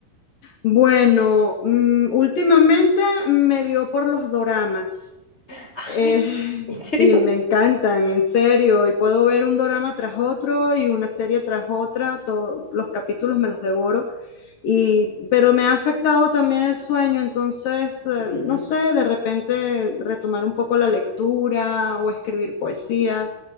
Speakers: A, on the left; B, on the left.
A: Bueno, mm, últimamente me dio por los doramas.
B: <laughs> Ay,
A: Eh,
B: ¿en
A: sí,
B: serio?
A: me encantan, en serio. Y puedo ver un dorama tras otro y una serie tras otra. Todos los capítulos me los devoro. Y, pero me ha afectado también el sueño, entonces, eh,
B: Mm,
A: no sé, de repente retomar un poco la lectura o escribir poesía.